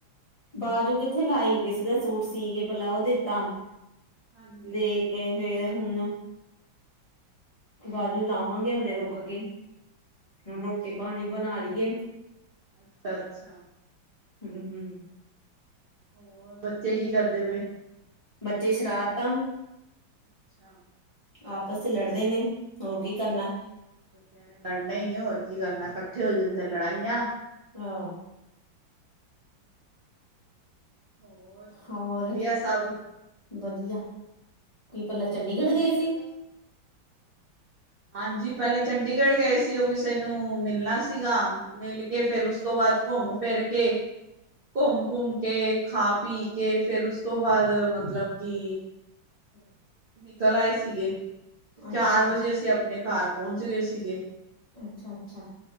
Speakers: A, on the left (about 20°); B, on the right (about 40°).
A: ਬਾਜੂ ਕਿੱਥੇ ਲਾਈ, ਕਿਸੇ ਦਾ ਸੂਟ ਸੀਕੇ ਪਹਿਲਾ ਓ ਦਿੱਤਾ,
B: ਹਾਂਜੀ
A: ਦੇ ਕੇ ਫੇਰ ਹੁਨ ਬਾਜੂ ਲਾਵਾਂਗੇ ਹੁਨੇ ਰੁਕ ਕੇ, ਹੁਣ
B: ਅੱਛਾ
A: ਰੋਟੀ-ਪਾਣੀ ਬਣਾ ਲਈਏ।
B: ਅੱਛਾ, ਅੱਛਾ।
A: ਹੂੰ-ਹੂੰ
B: ਹੋਰ, ਬੱਚੇ ਕੀ ਕਰਦੇ ਪਏ?
A: ਬੱਚੇ ਸ਼ਰਾਰਤਾਂ
B: ਅੱਛਾ।
A: ਆਪਸ 'ਚ ਲੜਦੇ ਨੇ, ਹੋ ਕੀ ਕਰਨਾ।
B: ਬੱਚਿਆਂ ਨੇ ਲੜਨਾ ਈ ਏ, ਹੋਰ ਕੀ ਕਰਨਾ, ਕੱਠੇ ਹੋ ਜਾਂਦੇ ਲੜਾਈਆ
A: ਹਾਂ
B: ਹੋਰ
A: ਹੋਰ,
B: ਵਧੀਆ ਸਭ
A: ਵਦੀਆ, ਕੀ ਪੈਲਾਂ ਚੰਡੀਗੜ੍ਹ ਗਏ ਸੀ?
B: ਹਾਂਜੀ, ਪੈਲੇ ਚੰਡੀਗੜ ਗਏ ਸੀ, ਓ ਕਿਸੇ ਨੂੰ ਮਿਲਨਾ ਸੀਗਾ, ਮਿਲ ਕੇ ਫਿਰ ਓਸ ਤੋਂ ਬਾਦ ਘੋਮ ਫਿਰ ਕੇ ਘੋਂਮ ਘੋਮ ਕੇ, ਖਾ-ਪੀ ਕੇ, ਫੇਰ ਓਸ ਤੋ ਬਾਦ ਮਤਲਬ ਕਿ
A: <unintelligible>
B: ਨਿਕਲ ਆਏ ਸੀਗੇ, ਤੇ ਚਾਰ
A: ਅੱਛਾ
B: ਵਜੇ ਅਸੀ ਅੱਪਣੇ ਕਾਰ ਪੋਂਚ ਗਏ ਸੀਗੇ।
A: ਅੱਛਾ, ਅੱਛਾ,